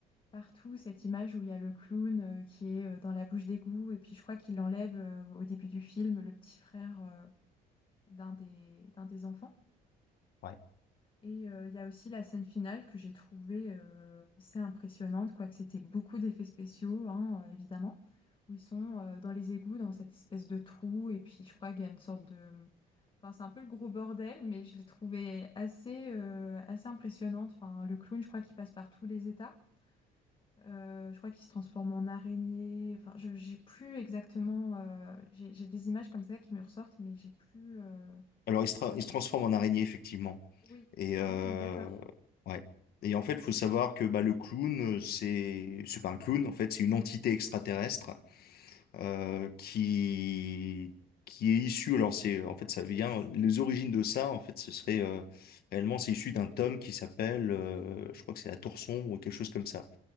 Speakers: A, on the left; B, on the left.
A: partout cette image où il y a le clown euh, qui est euh, dans la bouche d'égout et puis je crois qu'il enlève euh, au début du film le petit frère euh, d'un des d'un des enfants.
B: ouais
A: Et euh, il y a aussi la scène finale que j'ai trouvée euh, assez impressionnante, quoique c'était beaucoup d'effets spéciaux, hein, euh, évidemment, où ils sont euh, dans les égouts, dans cette espèce de trou, et puis je crois qu'il y a une sorte de... Enfin, c'est un peu le gros bordel, mais je l'ai trouvé assez, euh, assez impressionnante. Enfin, le clown, je crois qu'il passe par tous les états. Euh, je crois qu'il se transforme en araignée. Enfin, je, j'ai plus exactement... euh, j'ai, j'ai des images comme ça qui me ressortent, mais j'ai plus... euh,
B: Alors, il se, tra- il se transforme en araignée, effectivement.
A: Oui,
B: Et euh,
A: oui, on est d'accord.
B: ouais. Et en fait, faut savoir que bah, le clown, euh, c'est c'est pas un clown, en fait, c'est une entité extraterrestre euh, qui qui est issue. Alors, c'est en fait, ça vient. Les origines de ça, en fait, ce serait euh, réellement, c'est issu d'un tome qui s'appelle, euh, je crois que c'est La Tour Sombre ou quelque chose comme ça.